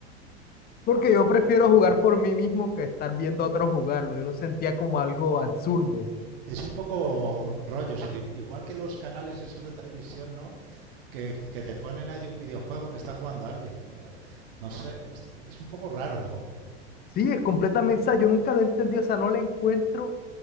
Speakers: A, on the left (about 30°); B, on the right (about 55°).
A: Porque yo prefiero jugar por mí mismo que estar viendo a otros jugarlo. Yo lo sentía como algo absurdo.
B: es un poco rollo, si- igual que los canales esos de televisión, ¿no? Que, que te ponen ahí un videojuego que está jugando alguien. Eh, No sé, es es un poco raro, ¿no?
A: Sí, es completamente, o sea, yo nunca lo he entendido, o sea, no le encuentro